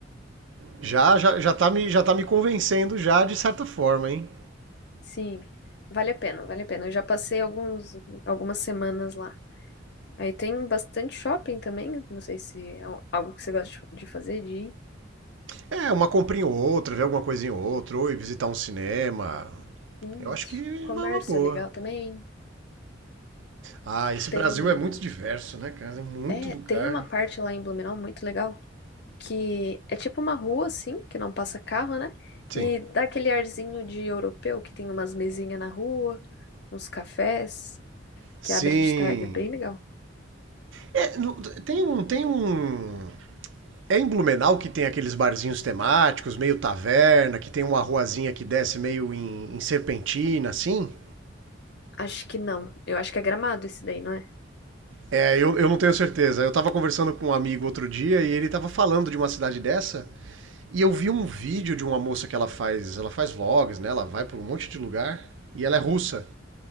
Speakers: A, on the right; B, on the left.
A: já, já, já, tá me, já tá me convencendo já de certa forma, hein?
B: sim. Vale a pena, vale a pena. Eu já passei alguns, algumas semanas lá. Aí tem bastante shopping também. Não sei se é al- algo que você gosta de fazer, de
A: É, uma comprinha ou outra, ver alguma coisinha ou outra, ou ir visitar um cinema.
B: ir.
A: Eu acho
B: Isso.
A: que
B: Comércio
A: vai uma boa.
B: é legal também.
A: Ah, esse
B: Tem,
A: Brasil é muito diverso, né, cara? É muito
B: é,
A: lugar.
B: tem uma parte lá em Blumenau muito legal, que é tipo uma rua assim, que não passa carro, né?
A: Sim.
B: E dá aquele arzinho de europeu, que tem umas mesinhas na rua, uns cafés,
A: Sim.
B: que abre de tarde, é bem legal.
A: É, no- tem um. Tem um. É em Blumenau que tem aqueles barzinhos temáticos, meio taverna, que tem uma ruazinha que desce meio em, em serpentina, assim?
B: Acho que não. Eu acho que é Gramado esse daí, não é?
A: É, eu, eu não tenho certeza. Eu tava conversando com um amigo outro dia e ele tava falando de uma cidade dessa. E eu vi um vídeo de uma moça que ela faz, ela faz vlogs, né? Ela vai por um monte de lugar e ela é russa.